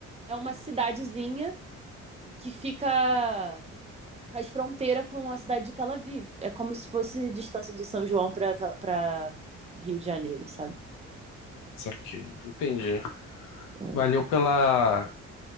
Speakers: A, on the right; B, on the left.
A: é uma cidadezinha que fica faz fronteira com a cidade de Tel Aviv. É como se fosse distância de São João para Rio de Janeiro, sabe?
B: Isso aqui. Entendi.
A: É.
B: Valeu pela,